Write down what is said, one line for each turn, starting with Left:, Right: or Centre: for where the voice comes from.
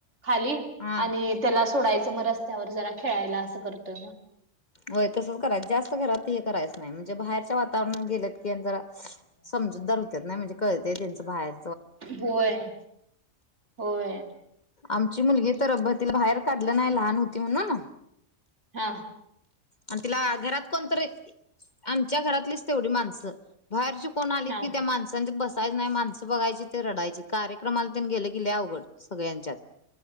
Right: खाली
Left: हा
Right: आणि त्याला सोडायचं मग रस्त्यावर खेळायला असं करतोय मग.
Left: होय. तसंच करायच जास्त घरात हे करायच नाही. म्हणजे बाहेरच्या वाता तावरणात गेल्यात की जरा समजूतदार होत्यात की नाही म्हणजे कळत त्यांचं बाहेर
Right: होय. होय.
Left: आमची मुलगी तर बतीला बाहेर काढलं नाही लहान होती म्हणून,
Right: हां
Left: आणि तिला घरात कोणतरी आमच्या घरातलीच तेवढी माणसं बाहेरचे कोण आली
Right: हा
Left: की त्या माणसांच्या बसायच नाही. माणस बघायची ते रडायचे. कार्यक्रमाला गेले की लय अवघड सगळ्यांच्यात.